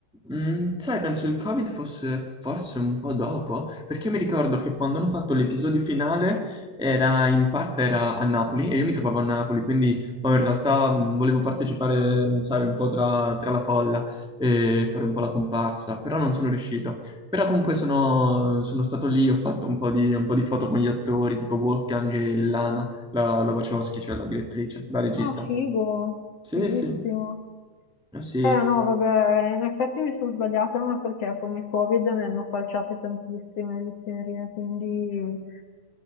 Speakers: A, in the centre; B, on the left.
A: Mm, sai, penso il Covid fosse forse un po' dopo, perché io mi ricordo che quando hanno fatto l'episodio finale era in parte era a Napoli e io mi trovavo a Napoli, quindi boh, in realtà mm, volevo partecipare, sai, un po' tra, tra la folla e fare un po' la comparsa, però non sono riuscito. Però comunque sono, sono stato lì, ho fatto un po' di, un po' di foto con gli attori, tipo Wolfgang e Lana, la, la Wachowski, cioè la direttrice, la regista.
B: Ah, figo,
A: Sì,
B: fighissimo.
A: sì, eh sì.
B: Eh no, vabbè, in effetti mi sono sbagliata, ma perché con il Covid ne hanno falciate tantissime di serie, quindi...